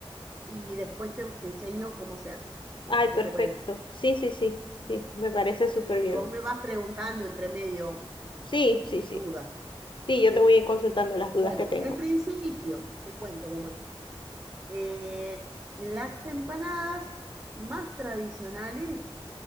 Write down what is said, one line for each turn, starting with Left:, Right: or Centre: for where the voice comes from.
Right: y después te enseño cómo se hacen.
Left: Ay,
Right: ¿Qué
Left: perfecto.
Right: te parece?
Left: Sí, sí, sí, sí, me parece súper
Right: Y
Left: bien.
Right: vos me vas preguntando entre medio
Left: Sí, sí,
Right: duda,
Left: sí. Sí, yo
Right: ¿sí?
Left: te voy a ir consultando las dudas
Right: Bueno,
Left: que tengo.
Right: en principio, te cuento cómo es. Eh, las empanadas más tradicionales